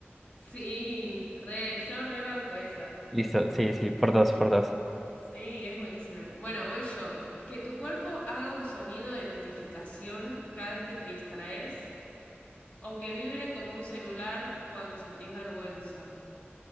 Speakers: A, on the left; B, in the centre.
A: Sí, re, yo re banco esa.
B: Listo, sí, sí, por dos, por dos.
A: Sí, es buenísima. Bueno, voy yo. Que tu cuerpo haga un sonido de notificación cada vez que te distraes o que vibre como un celular cuando sentís vergüenza.